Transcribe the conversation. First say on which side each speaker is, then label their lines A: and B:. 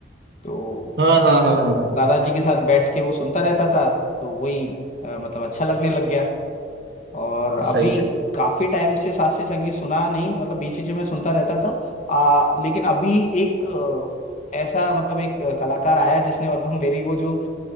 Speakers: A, on the left; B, on the right.
A: तो
B: हाँ हाँ हाँ हाँ हाँ
A: दादाजी के साथ बैठ के वो सुनता रहता था तो वही अ, मतलब अच्छा लगने लग गया और अभी
B: सही है
A: काफी टाइम से शास्त्रीय संगीत सुना नहीं मतलब बीच बीच में मैं सुनता रहता था आ, लेकिन अभी एक अ, ऐसा मतलब एक अ, कलाकार आया जिसने मतलब मेरी वो जो अ,